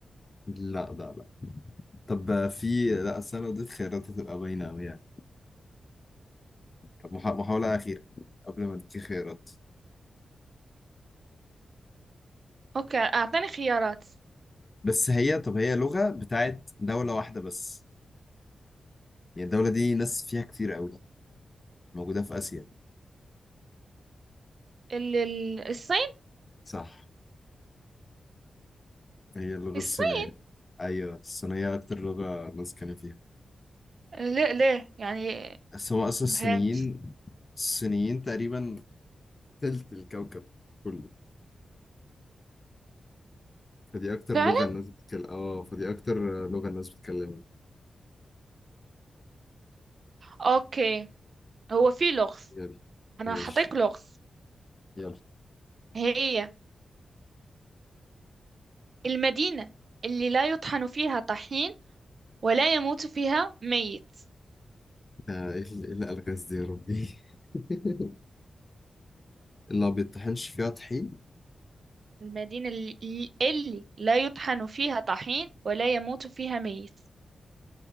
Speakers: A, on the left; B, on the right.
A: لا لا لا طب آه، في لا أصل أنا لو اديت خيارات هتبقى باينة أوي يعني طب محا- محاولة أخيرة قبل ما اديكي خيارات
B: اوكي اعطيني خيارات
A: بس هي طب هي لغة بتاعت دولة واحدة بس يعني الدولة دي ناس فيها كتير أوي موجودة في آسيا
B: ال ال- الصين
A: صح هي اللغة
B: الصين
A: الصينية أيوة الصينية أكتر لغة ناس كانوا فيها
B: ليه ليه يعني
A: بس هو اصلا الصينيين
B: ما فهمت
A: الصينيين تقريبا تلت الكوكب كله فدي اكتر
B: فعلا
A: لغة الناس بتتكلم اه فدي اكتر لغة الناس بتتكلمها
B: اوكي هو في لغز
A: يلا
B: انا
A: ماشي
B: حطيت لغز
A: يلا
B: هي المدينة اللي لا يطحن فيها طحين ولا يموت فيها ميت
A: آه، ايه اللي إيه اللي قالك الناس دي يا ربي <laughs> اللي ما بيطحنش فيها طحين
B: المدينة اللي, اللي لا يطحن فيها طحين ولا يموت فيها ميت